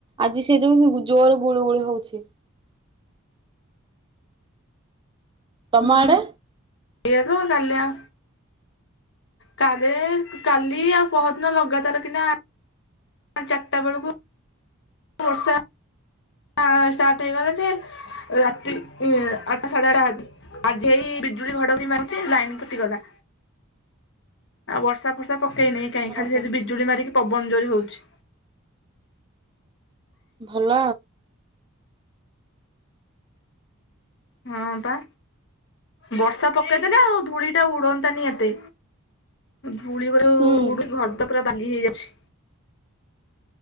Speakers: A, on the right (about 20°); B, on the left (about 55°).
A: ଆଜି ସେ ଯୋଉ ଜୋରେ ଗୁଳୁ ଗୁଳିୁ ହଉଚି ତମ
B: ହୁଁ
A: ଆଡେ?
B: ସେଇୟା ତ ଡାଲି ଆ କାରେ କାଲି ଆଉ ପହରଦିନ ଲଗାତାର କିନା ଚାରିଟା ବେଳକୁ ବର୍ଷା ଆ ଷ୍ଟାର୍ଟ ହେଇଗଲା ଯେ ରାତି ଆଠଟା ସାଢ଼େ ଆଠଟା ଆଜି ହେଇ ବିଜୁଳି ଘଡ଼ଘଡି ମାରୁଚି ଲାଇନ କଟିଗଲା। ଆଉ ବର୍ଷା ଫର୍ଷା ପ କେଇନି କାଇଁ ଖାଲି
A: ଓହୋ
B: ସେନ୍ତି ବିଜୁଳି ମାରିକି। ପବନ ଯୋରି ହେଉଛି।
A: ଭଲ।
B: ହଁ ପା ବର୍ଷା ପକେଇଦେଲେ ଆଉ ଧୂଳି ଟା ଉଡନ୍ତାନି ଏତେ ପୁଳ କରିକ
A: ହୁଁ
B: ଘର ତ। ପୁରା ବାଧି ହେଇଯାଉଛି।